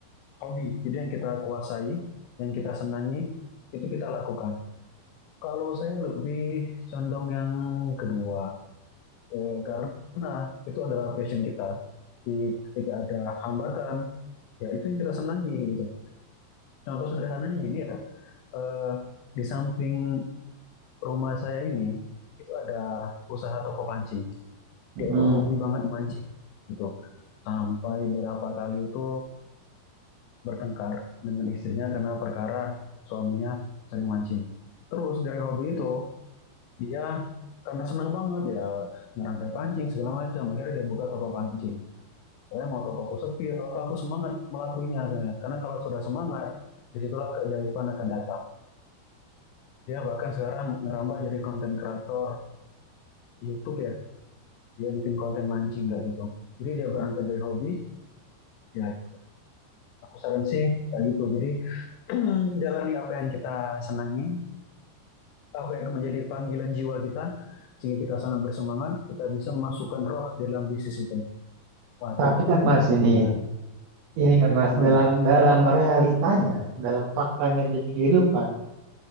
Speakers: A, on the left; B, on the right.
A: hobi. Jadi yang kita kuasai, yang kita senangi, itu kita lakukan. Kalau saya lebih condong yang kedua, eh, karena itu adalah passion kita. Di, ketika ada hambatan, ya itu yang kita senangi gitu. Contoh sederhananya gini ya, eh, di samping rumah saya ini, itu ada usaha toko pancing.
B: Hmm,
A: Dia itu hobi banget mancing gitu. Sampai berapa kali itu bertengkar dengan istrinya karena perkara suaminya sering mancing. Terus dari hobi itu dia karena senang banget ya ngerangkai pancing segala macam akhirnya dia buka toko pancing. Saya mau toko aku sepi atau apa, aku semangat melakuinya akhirnya. Karena kalau sudah semangat disitulah keajaiban akan datang. Dia bahkan sekarang ngerambah jadi konten kreator YouTube ya. Dia bikin konten mancing nggak gitu. Jadi dia berangkat dari hobi ya gitu. Aku saran sih kayak gitu. Jadi <clears throat> jalani apa yang kita senangi, apa yang menjadi panggilan jiwa kita sehingga kita sangat bersemangat kita bisa memasukkan roh di dalam bisnis itu waduh
B: tapi
A: udah kayak
B: kan Mas
A: Mario Teguh
B: ini ini kan Mas
A: gimana
B: dalam dalam realitanya, dalam faktanya di kehidupan,